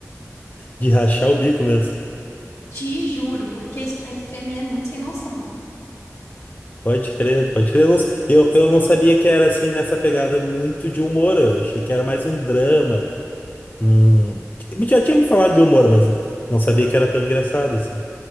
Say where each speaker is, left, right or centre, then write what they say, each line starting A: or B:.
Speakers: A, on the left; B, on the left.
A: De rachar o bico mesmo.
B: Te juro, porque Spy Family é muito sem noção.
A: Pode crer, pode crer. Eu não, eu, eu não sabia que era assim nessa pegada muito de humor. Eu achei que era mais um drama. Um... Já tinha me falado de humor, mas não sabia que era tão engraçado assim.